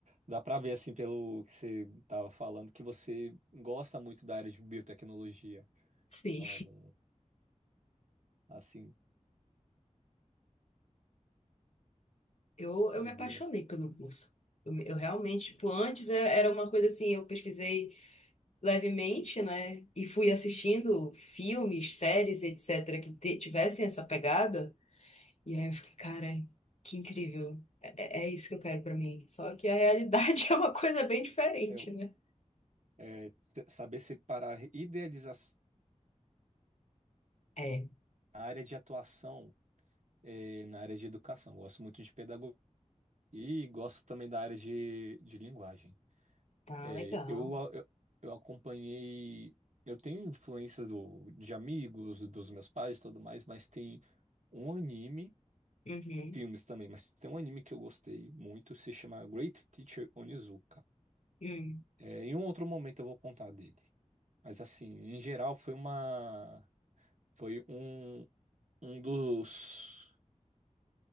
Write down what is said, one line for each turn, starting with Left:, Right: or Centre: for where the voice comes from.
Right: dá para ver, assim, pelo que você estava falando, que você gosta muito da área de biotecnologia.
Left: Sim,
Right: Então, assim,
Left: <laughs> eu, eu
Right: é,
Left: me
Right: Bia,
Left: apaixonei pelo curso. Eu, me- eu realmente, tipo, antes é- era uma coisa assim, eu pesquisei levemente, né? E fui assistindo filmes, séries, etc., que te- tivessem essa pegada. E aí eu fiquei, cara, que incrível. É, é é isso que eu quero pra mim. Só que a realidade <laughs> é uma coisa bem diferente,
Right: eu,
Left: né?
Right: é, se- saber separar idealização
Left: É,
Right: na área de atuação é, na área de educação. Gosto muito de pedagogia e gosto também da área de, de linguagem.
Left: tá
Right: É,
Left: legal.
Right: eu, a- eu, eu acompanhei. Eu tenho influências do, de amigos, dos meus pais e tudo mais, mas tem um anime,
Left: Uhum.
Right: filmes também, mas tem um anime que eu gostei muito, se chama Great Teacher Onizuka.
Left: Hum.
Right: É, em um outro momento eu vou contar dele. Mas assim, em geral foi uma. Foi um, um dos.